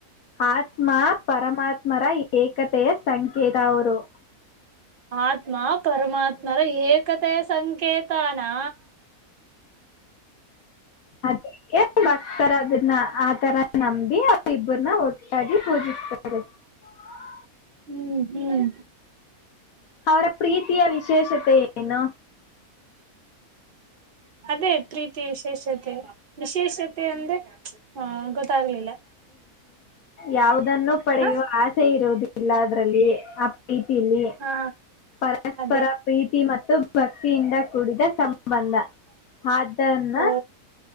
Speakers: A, on the left; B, on the right.
A: ಆತ್ಮ ಪರಮಾತ್ಮರ ಏಕತೆಯ ಸಂಕೇತ ಅವರು
B: ಆತ್ಮ ಪರಮಾತ್ಮರ ಏಕತೆಯ ಸಂಕೇತ ತಾನಾ
A: ಹ ಭಕ್ತರ ಅದನ್ನ ಆತರ ನಂಬಿ ಅವ ಇಬ್ಬ್ರನ್ನ ಒಟ್ಟಾಗಿ ಪೂಜಿಸ್ತಾರೆ ಹ
B: ಹ್ಮ್ ಹ್ಮ್
A: ಅವರ ಪ್ರೀತಿಯ ವಿಶೇಷತೆ ಏನು
B: ಅದೇ ಪ್ರೀತಿ ವಿಶೇಷತೆ ವಿಶೇಷತೆ ಅಂದ್ರೆ ಹಾ ಗೊತ್ತಾಗ್ಲಿಲ್ಲ
A: ಯಾವದನ್ನು ಪಡೆಯುವ
B: ಹ
A: ಆಸೆ ಇರುವುದ ಇಿಲ್ಲ ಅದ್ರಲ್ಲಿ ರೀತಿ ಇಲ್ಲಿ
B: ಹಾ
A: ಪರಸ್ಪರ
B: ಅದೇ
A: ಪ್ರೀತಿ ಮ ಭಕ್ತಿಯಿಂದ ಕೂಡಿದ ಸಂಬಂಧ ಆದ್ದನ್ನ
B: ಓ